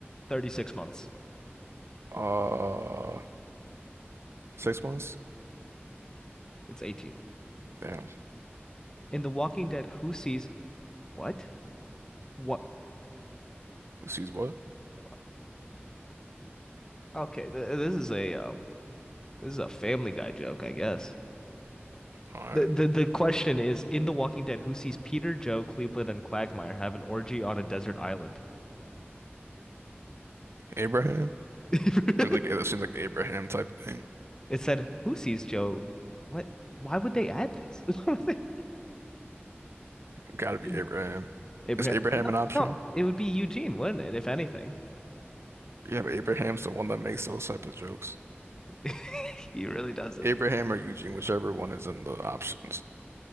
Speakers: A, on the left; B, on the right.
A: 36 months.
B: Uh, six months.
A: It's 18.
B: Damn.
A: In The Walking Dead, who sees what? What?
B: Who sees what?
A: what? Okay, th this is a um, this is a Family Guy joke, I guess.
B: All right.
A: The, the the question is, in The Walking Dead, who sees Peter, Joe, Cleveland, and Quagmire have an orgy on a desert island?
B: Abraham.
A: <laughs>
B: Seems like it seems like Abraham type thing.
A: It said, who sees Joe? What? Why would they add this? <laughs> Why would they-
B: It's gotta be
A: You know,
B: Abraham.
A: Abraham,
B: Is Abraham
A: no,
B: an option?
A: no, it would be Eugene, wouldn't it? If anything,
B: Yeah, but Abraham's the one that makes those type of jokes.
A: <laughs> he really does this.
B: Abraham or Eugene, whichever one is in the options.